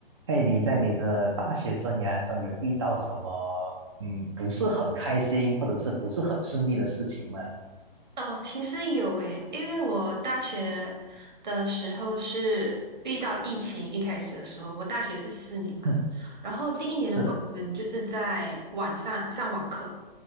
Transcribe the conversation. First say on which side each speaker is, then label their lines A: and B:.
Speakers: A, on the right; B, on the right.
A: 嘿，你在你的大学生涯中有遇到什么嗯不是很开心或者是不是很顺利的事情吗？
B: 哦，其实有诶，因为我大学的时候是遇到疫情，一开始的时候，我大学是四年嘛，
A: 嗯，
B: 然后第一年的话，
A: 是的，
B: 我们就是在晚上上网课，